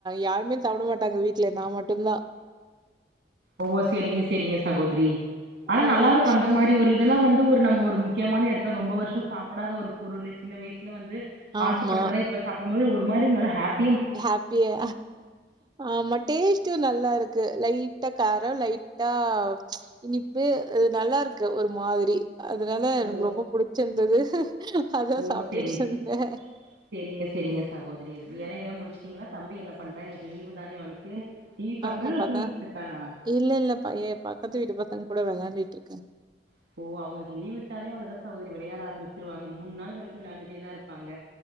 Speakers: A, on the right (about 25°); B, on the right (about 80°).
A: யாருமே சாப்புட மாட்டாங்க வீட்ல நா ம ட்டு தா
B: ஓ சரிங்க சரிங்க சகோதரி ஆனா
A: ம்
B: நல்லா இருக்கு அந்த மாரி ஒரு அதெல்லா வந்து ஒரு நம்ம ஒரு முக்கியமான எடத்துல ரொம்ப வருஷோ சாப்புடாத ஒரு பொருள் சின்ன வயசுல வந்து
A: ஆமா
B: ஆசப்பட்டதுல்லா இப்ப சாப்புடும் போது ஒரு மாரி நல்ல ஹாப்
A: ஹாப்பியா ஆமா டேஸ்ட்டு நல்லா இருக்கு லைட்டா கார லைட்டா இனிப்பு ம் அது நல்லா இருக்கு ஒரு மாதிரி அதுனால எனக்கு
B: ஓ
A: ரொம்ப புடிச்சிருந்தது அதா
B: ஓ
A: சாப்ட்டுட்டுச்சந்தே
B: செரிங் செரிங்க செரிங்க சகோதரி வேல எல்லா முடிச்ட்டீங்களா தம்பி என்ன பண்றா இன்னைக்கு லீவு தானே அவனுக்கு டிவி பாக்குறானா
A: ஆமா
B: இல்ல
A: பாத்தா
B: தூங்கிட்டு இருக்கானா
A: இல்ல இல்ல பைய பக்கத்து வீட்டு பசங்க கூட விளையான்டிடுட்ருக்கா
B: இப்போ அவுங்களுக்கு லீவு விட்டாலே அவ்ளோ தா சகோதரி விளையாட ஆரம்மிச்சிருவாங்க மூண் நாள் வரைக்கு விளையாண்டுட்டே தா இருப்பாங்க